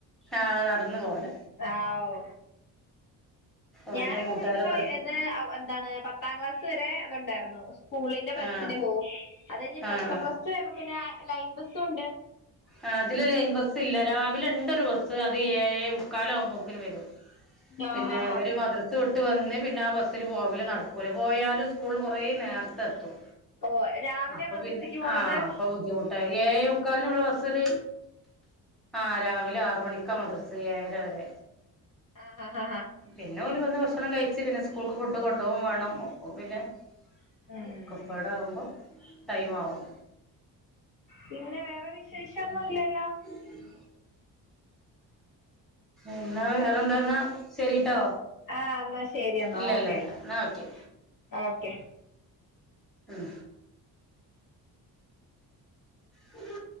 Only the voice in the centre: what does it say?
ആഹ് നടന്നു പോവലാ.
ഓന്റെ
കൂട്ടുകാരൊക്കെ
ഉണ്ട്
ആഹ്
ആഹ്
ആ തിലെ ലൈൻ ബസ് ല്ല രാവിലെ ഇണ്ടൊരു ബസ്സ് അത് ഏഴേ മുക്കാലാകുമ്പൊക്കിന് വരും. പിന്നെ
ഇവര് മദ്റ സ് വിട്ട് വന്ന് പിന്നെ ആ ബസ്സിൽ പോവല് നടക്കൂല പോയാലും സ്കൂള് കൊറേ നേർത്തെത്തും.
അപ്പൊ
പിന്നെ
ആഹ് അപ്പൊ ബുദ്ധിമുട്ടായി. ഏഴേ മുക്കാൽനുള്ള ബസ്സൊര് ആഹ് രാവിലെ ആറ് മണിക്കാ മദ്രസ് ഏഴര വരെ.
പിന്നോല് വന്ന് ഭക്ഷണം കഴിച്ച് പിന്നെ സ്കൂൾക്ക് ഫുഡ് കൊണ്ടോവും വേണം അപ്പം പിന്നെ
അഒക്കപ്പാടാവുമ്പോ ടൈമാവും
അ എന്നാ വേറെന്തൊന്നാ? ശരിട്ടോ.
ഇല്ല
ഇല്ല ഇല്ല എന്നാ ഓക്കെ
ഉം ഉ